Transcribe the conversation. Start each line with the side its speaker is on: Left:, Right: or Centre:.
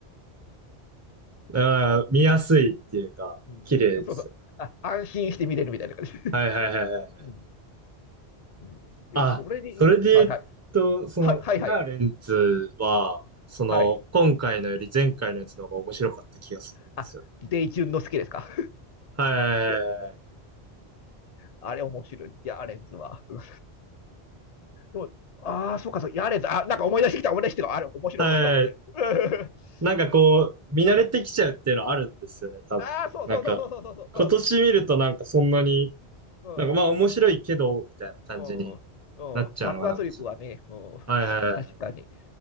Right: だから見やすいっていうか、
Left: うん、
Right: 綺麗ですよ。
Left: そうそう。あ、安心して見れるみたいな感じ。
Right: はいはいはいはいはい。
Left: うんうん、で、
Right: あ、
Left: それで言うと、
Right: それで言うと、
Left: はいはい。
Right: その、
Left: はいはいはい。
Right: イヤーレンズは、その、
Left: はい。
Right: 今回のより前回のやつの方が面白かった気がするんですよね。
Left: あ、デイチュンの好きですか。
Right: はいはいはいはい。
Left: <laughs> いや、あれ面白い。いや、アレンズは。うんでもああ、そうか、そう、やれずあ、なんか思い出してきた、思い出してきた。あれ、面白い、
Right: はい
Left: 面白い、面白い。<laughs>
Right: なんかこう、
Left: そ
Right: 見慣れてきちゃうっていうのはあるんですよね、多分。
Left: ああ、そうそうそうそうそうそうそう。
Right: なんか、今年見るとなんかそんなに、
Left: う
Right: なんかまあ面白いけど、みたいな感じに
Left: ん、うん、うん、
Right: なっちゃうのがなんかちょっと。
Left: うん。爆発力はね、うん、
Right: はいはいはいはい。
Left: 確かに。